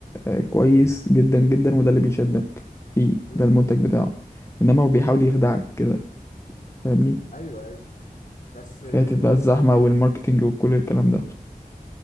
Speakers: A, on the left; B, on the left.
A: آه، كويس جدا جدا وده اللي بيشدك فيه
B: امم
A: ده المنتج بتاعه انما هو بيحاول يخدعك كده فاهمني
B: ايوه ايوه بس
A: فاتت
B: آه،
A: بقى
B: تحس
A: الزحمة والماركتينج وكل الكلام ده